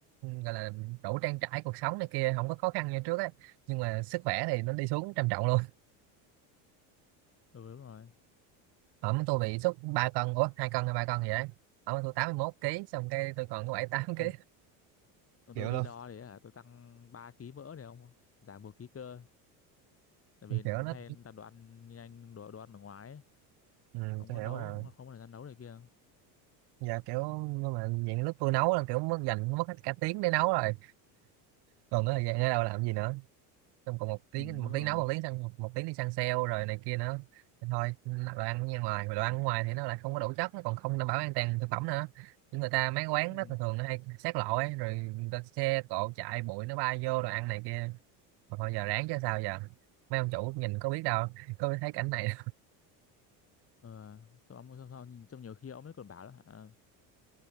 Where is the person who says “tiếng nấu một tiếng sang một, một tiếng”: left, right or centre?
Right